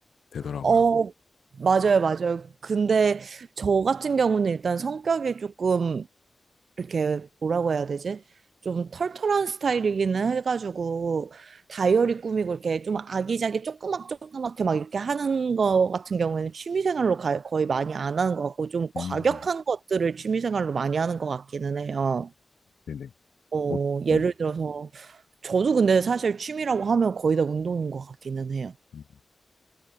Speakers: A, on the left; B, on the right.
A: 되더라고요.
B: 어, 맞아요, 맞아요. 근데 저 같은 경우는 일단 성격이 조금 이렇게 뭐라고 해야 되지? 좀 털털한 스타일이기는 해가지고 다이어리 꾸미고 이렇게 좀 아기자기 조그맣 조그맣게 막 이렇게 하는 거 같은 경우에는 취미생활로 가- 거의 많이 안 하는 것 같고 좀 과격한
A: 음,
B: 것들을 취미생활로 많이 하는 것 같기는 해요.
A: 네네.
B: 어,
A: 어,
B: 예를
A: 네.
B: 들어서, 저도 근데 사실 취미라고 하면 거의 다 운동인 것 같기는 해요.
A: 음.